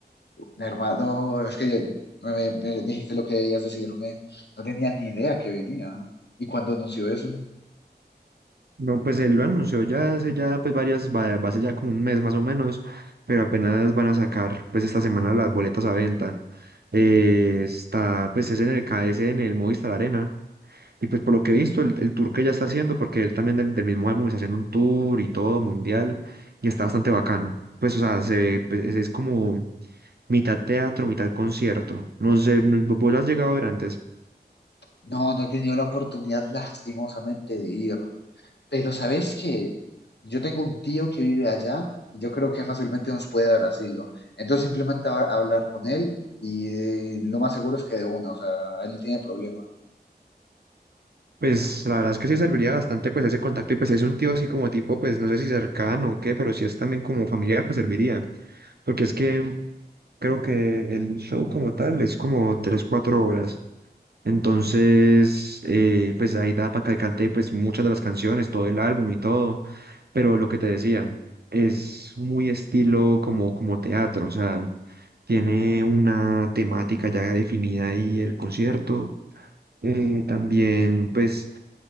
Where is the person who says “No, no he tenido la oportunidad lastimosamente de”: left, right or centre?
Left